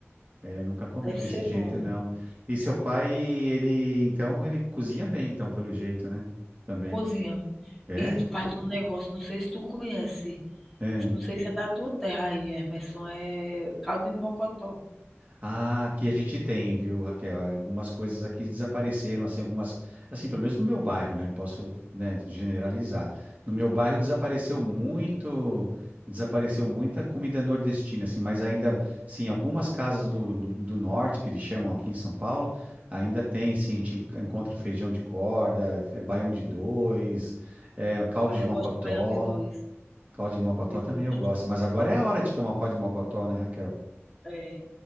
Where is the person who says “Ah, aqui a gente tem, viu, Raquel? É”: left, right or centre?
Right